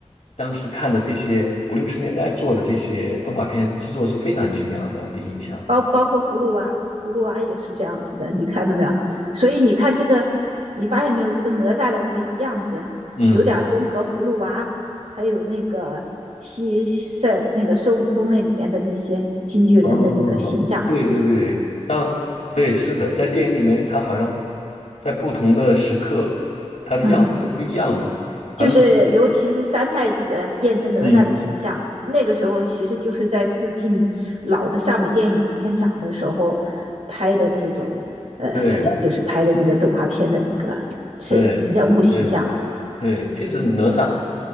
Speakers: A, on the left; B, on the right.
A: 当时看的这些五六十年代做的这些动画片制作是非常精良的，我的印象。
B: 包包括葫芦娃，葫芦娃也是这样子的，你看到没有？所以你看这个，你发现没有？这个哪吒的那个样子有点综合葫芦娃，
A: 嗯，
B: 还有那个西塞那个孙悟空那里面的那些京剧人的那个形象。
A: 哦，对对对，当对是的，在电影里面，他好像在不同的时刻
B: 嗯，
A: 是不一样的，好像
B: 就是尤其是三太子变成哪吒的形象，
A: 嗯，
B: 那个时候其实就是在致敬老的上美电影制片厂的时候拍的那种，呃，
A: 对
B: 就是拍的那个动画片的那个是人物形象啊，
A: 对。对对，这次哪吒